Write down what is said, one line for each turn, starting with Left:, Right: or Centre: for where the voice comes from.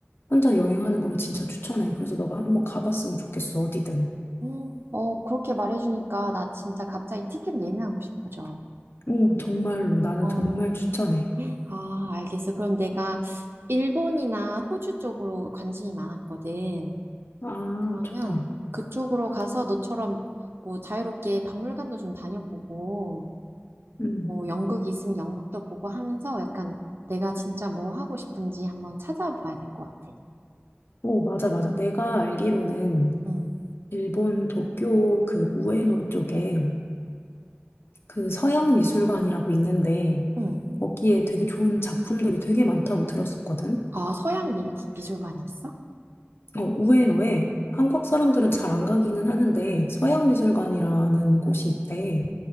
Left: 혼자 여행하는 거를 진짜 추천해. 그래서 너가 한번 가봤으면 좋겠어, 어디든.
Right: 음. 어, 그렇게 말해주니까 나 진짜 갑자기 티켓 예매하고 싶어져.
Left: 오, 정말로. 나는
Right: 어,
Left: 정말 추천해.
Right: 아, 알겠어. 그럼 내가 일본이나 호주 쪽으로 관심이 많았거든.
Left: 아,
Right: 그러면
Left: 좋다.
Right: 그쪽으로 가서 너처럼 뭐 자유롭게 박물관도 좀 다녀보고,
Left: 음.
Right: 뭐 연극이 있으면 연극도 보고 하면서 약간 내가 진짜 뭐 하고 싶은지 한번 찾아봐야 될 것 같아.
Left: 오, 맞아, 맞아.
Right: 음.
Left: 내가 알기로는
Right: 응,
Left: 일본 도쿄 그 우에노 쪽에 그 서양 미술관이라고 있는데
Right: 응.
Left: 거기에 되게 좋은 작품들이 되게 많다고 들었었거든.
Right: 아, 서양 미, 미술관이 있어?
Left: 어, 우에노에 한국 사람들은 잘 안 가기는 하는데 서양 미술관이라는 곳이 있대.